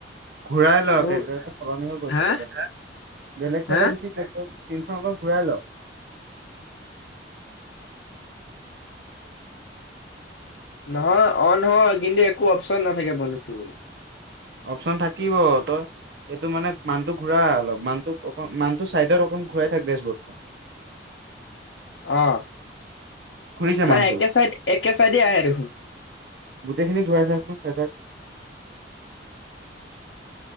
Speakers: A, on the right; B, on the left.
A: ঘূৰাই ল
B: এও
A: কেজাৰটো সলনি হৈ গ'ল
B: হা
A: চাগে গাধা। বেলেগ
B: হা
A: চাইডে গুচি <unintelligible> স্ক্ৰিনখন অক ঘূৰাই ল।
B: নহয় অন হয় কিন্তু একো অপচন নাথাকে বন্ধুক কইবলৈ।
A: অপচন থাকিব। তই এটো মানে মানটো ঘুৰা অলপ মানটোক অক-মানটো চাইডত অকণ ঘূৰাই থাক ডেছবৰ্ডখন।
B: অ'।
A: ঘূৰিছে
B: নাই
A: মানটো।
B: একে চাইড, একে চাইডে আহে দেখোন।
A: গোটেইখিনি ঘূৰাই চাচোন চেটাৰ।